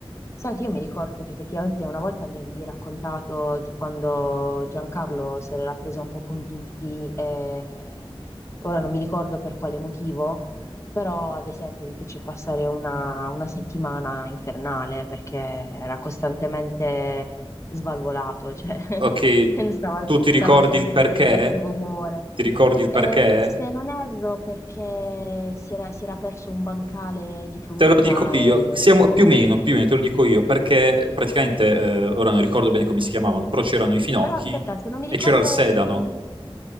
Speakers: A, on the left (about 30°); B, on the right (about 60°).
A: Senti, io mi ricordo che effettivamente una volta mi avevi raccontato di quando Giancarlo se l'era presa un po' con tutti, e ora non mi ricordo per quale motivo, però ad esempio vi fece passare una, una settimana infernale perché era costantemente svalvolato, cioè <laughs>
B: Ok,
A: stava,
B: tu ti
A: stava
B: ricordi
A: sempre
B: il perché?
A: di cattivo umore.
B: Ti ricordi il
A: Eh,
B: perché?
A: se non erro, perché si era, si era perso un bancale di frutta
B: Te lo dico io,
A: e
B: siamo più o meno, più o meno te lo dico io, perché praticamente, eh, ora non ricordo bene come si chiamavano, però c'erano i finocchi
A: Però aspetta, se non mi
B: e
A: ricordo,
B: c'era il sedano.
A: se-